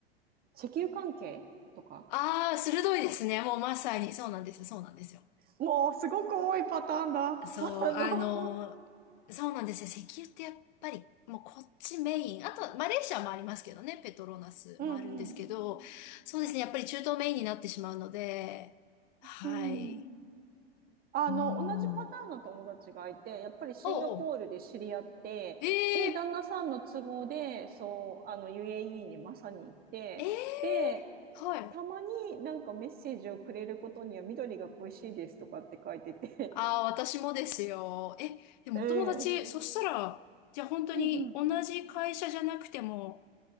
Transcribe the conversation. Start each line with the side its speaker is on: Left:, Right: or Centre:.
Right: 石油関係とか
Left: ああ、鋭いですね。もうまさに。そうなんですよ。そうなんですよ。
Right: もうすごく多いパターンだ。<laughs> あ
Left: そう、あのーそうなんですよ。
Right: の、
Left: 石油ってやっぱり、もうこっちメイン。あと、マレーシアもありますけどね。ペトロナスもあるんですけど、
Right: うんうん。
Left: そうですね。やっぱり中東メインになってしまうので、はい。
Right: うん。あの、
Left: うーん。
Right: 同じパターンの友達がいて、やっぱりシンガポールで知り合って、
Left: おうおう。ええ
Right: で、旦那さんの都合で、そう、あの、UAE にまさに行って、
Left: ええ
Right: で、
Left: はい。
Right: たまになんかメッセージをくれることには緑が恋しいですとかって書いてて
Left: ああ、私もですよ。え、でもお友達、
Right: <laughs>
Left: そしたら、じゃあ本当に同じ会社じゃなくても、
Right: うんうん。うん